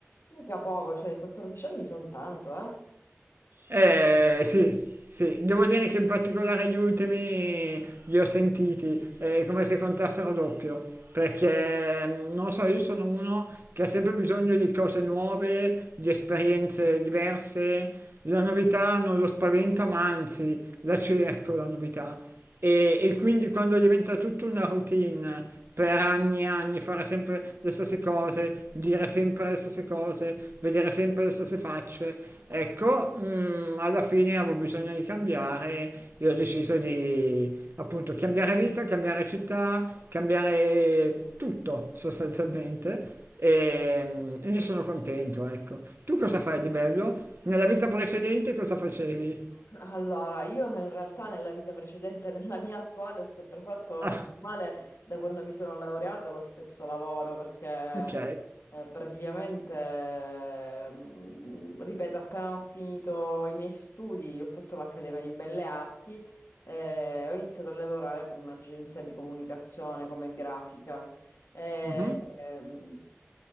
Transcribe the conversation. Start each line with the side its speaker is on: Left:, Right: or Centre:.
Left: mica poco, cioè 14 anni sono tanto, eh?
Right: Eh sì, sì, devo dire che in particolare gli ultimi li ho sentiti, eh, come se contassero doppio, perché mm, non so, io sono uno che ha sempre bisogno di cose nuove, di esperienze diverse, la novità non lo spaventa, ma anzi la cerco la novità. E, e quindi quando diventa tutta una routine per anni e anni, fare sempre le stesse cose, dire sempre le stesse cose, vedere sempre le stesse facce, ecco, mm, alla fine avevo bisogno di cambiare e ho deciso di appunto cambiare vita, cambiare città, cambiare tutto sostanzialmente. E mm, ne sono contento, ecco. Tu cosa fai di bello? Nella vita precedente cosa facevi?
Left: Allora, io in realtà nella vita precedente, <laughs> nella mia attuale, ho sempre fatto
Right: Ah,
Left: bene o male da quando mi sono laureata lo stesso lavoro, perché
Right: ok.
Left: eh, praticamente, mm, ripeto, appena ho finito i miei studi, ho fatto l'Accademia di Belle Arti e ho iniziato a lavorare per un'agenzia di comunicazione come grafica. Eh,
Right: Mhm.
Left: ehm,